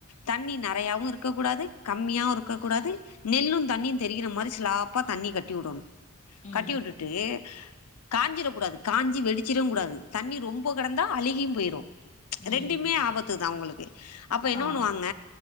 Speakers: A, on the left; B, on the left.
A: தண்ணி நெறையாவு இருக்க கூடாது கம்மியாவு இருக்க கூடாது நெல்லும் தண்ணியும் தெரிகிற மாதிரி சிலாப்பா தண்ணி கட்டி உடணும்
B: ம்
A: கட்டி விட்டுட்டு காஞ்சிறக் கூடாது காஞ்சி வெடிச்சிடவும் கூடாது தண்ணி ரொம்ப கிடந்தா அழுகியு போயிரு
B: ம்
A: ரெண்டுமே ஆபத்து தான் உவங்களுக்கு அப்ப என்ன
B: ஆமா
A: பண்ணுவாங்க